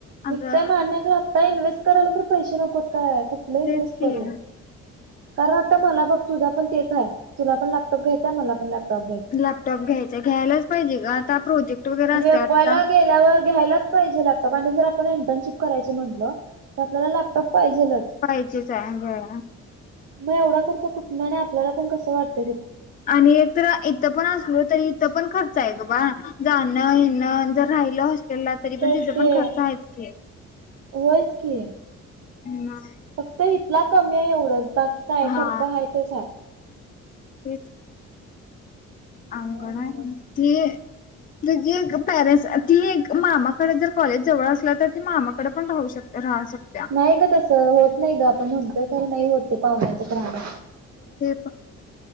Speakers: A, on the right; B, on the left.
A: निघतय
B: अगं
A: मान्य आता इन्व्हेस्ट करायला तर पैसे नकोत काय, कुठले इन्व्हेस्ट
B: तेच की
A: करू. कारण आता मला बघ तुझा पण तेच आहे, तुला पण लॅपटॉप घ्यायचाय मला पण लॅपटॉप. घ्यायचाय.
B: लॅपटॉप घ्यायचा. घ्यायलाच पाहिजे आता प्रोजेक्ट. वगैरे असतात
A: एफ वायला
B: आता
A: गेल्यावर घ्यायला. पाहिजे लॅपटॉप आणि जर आपण इंटर्नशिप करायची म्हटलं तर आपल्याला लॅपटॉप. पाहिजेलच.
B: पाहिजेच हाय होय.
A: मग एवढा खर्च कुठूनं आणि आपल्याला पण कसं वाटतं.
B: आणि एक तर इथं पण असलो तरी इथं पण खर्च आहे ग बाळ. जान. येन जर राहिलं हॉस्टेलला तरी
A: तेच
B: पण तिचा
A: की
B: पण खर्च आहेच की.
A: होयच कि.
B: हम्म
A: फक्त हीत. हीतला कमी हाय एवढंच. बाकी काय
B: हा
A: खर्च हाय तोच हाय.
B: तेच. अंगणात
A: काय नवच
B: रीती ये म्ह एक परेंट् ती एक मामाकडे जर कॉलेज जवळ असल तर ती मामाकडे पण राहू शक राहू शकत्या
A: नाही ग तस होत नाही ग. ण म्हणतोय खरं नाही होते पाहुण्याच्या रहाडा.
B: ते